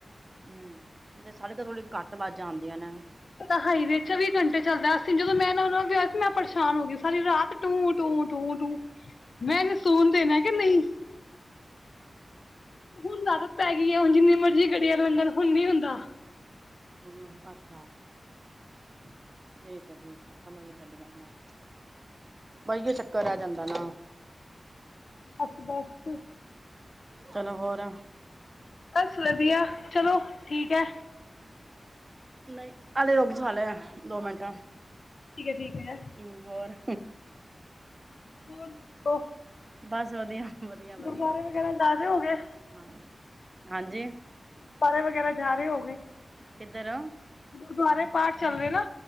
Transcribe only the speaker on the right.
ਹਮ ਤੇ ਸੜਕਾਂ ਥੋੜੀ ਘੱਟ ਵਾਜ਼ਾਂ ਆਉਂਦੀਆਂ ਨੇ
ਹਮ ਅੱਛਾ ਠੀਕ ਹੈ ਸਮਝ <unintelligible> ਚਡੀ ਦੱਲ ਨਾਲ ਵਧੀਏ <unintelligible> ਚੱਕ ਕਰਿਆ ਜਾਂਦਾ ਨਾ
ਚਲੋ ਹੋਰ
ਨਹੀਂ ਆਲੇ ਲੋਗ ਦੁਆਲੇ ਏ ਦੋ ਮਿੰਟਾਂ
ਹਮ ਹੋਰ
ਬਸ ਵਧੀਆ ਵਧੀਆ ਵਧੀਆ
ਹਾਂ ਹਾਂਜੀ
ਕਿੱਧਰ ਹੋ